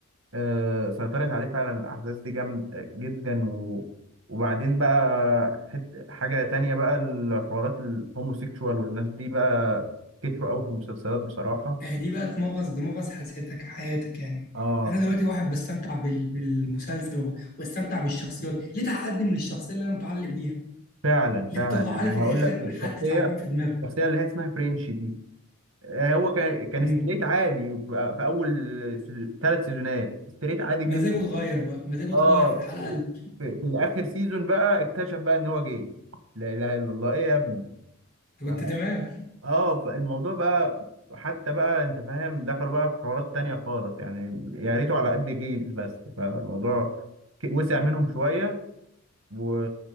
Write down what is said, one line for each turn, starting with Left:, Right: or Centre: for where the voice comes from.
Right: آه سيطرت عليه فعلا الاحداث دي جامد جدا و وبعدين بقى حت... حاجه تانية بقى الحوارات الهوموسيكشوال والناس دي بقى كتروا قوي في المسلسلات بصراحه
Left: آه دي بقى تمغص دمغص حياتك حياتك يعني
Right: اه
Left: انا دلوقتي
Right: ف...
Left: واحد بستمتع بال... بالمسلسل وب... واستمتع بالشخصيات ليه تعقدني من الشخصيه اللي انا متعلق بيها
Right: فعلا
Left: ليه
Right: فعلا
Left: تطلع
Right: يعني
Left: لي في الاخر
Right: هقول لك
Left: حد
Right: شخصيه
Left: تعبان في دماغه
Right: الشخصية اللي هي اسمها فرينش دي آه، هو كان كان
Left: امم
Right: ستريت عادي بقى- في أول ثلاث سيزونات ستريت عادي جدا
Left: مزاجه اتغير بقى مزاجه
Right: اه
Left: اتغير في الحلقه اللي
Right: في, في آخر سيزون بقى اكتشف بقى إن هو جاي لا إله إلا الله إيه يا ابني
Left: كنت
Right: ف-
Left: تمام
Right: اه فالموضوع بقى حتى بقى انت فاهم دخلوا بقى في حوارات تانية خالص يعني يا ريته على قد جيز بس فالموضوع ك- وسع منهم شوية و